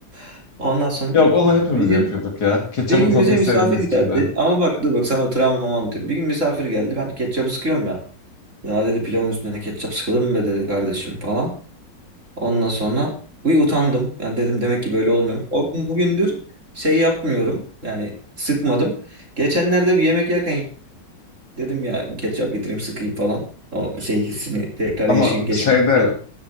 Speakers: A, on the right (about 40°); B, on the left (about 55°).
A: <laughs> Ondan sonra
B: Yok onu hepimiz
A: bir gün,
B: yapıyorduk ya. Ketçapın
A: bir gün
B: tadını
A: bize misafir
B: sevdiğimiz için
A: geldi.
B: de.
A: Ama bak dur bak sana travmamı anlatayım. Bir gün misafir geldi. Ben ketçabı sıkıyorum ya. Ya dedi pilavın üstüne ketçap sıkılır mı be dedi kardeşim falan. Ondan sonra uy utandım. Yani dedim demek ki böyle olmuyor. O gün bugündür şey yapmıyorum. Yani sıkmadım. Geçenlerde bir yemek yerken Dedim ya ketçap getireyim sıkayım falan. O şey hissini tekrar
B: Ama
A: yaşayayım geçmişteki.
B: şeyde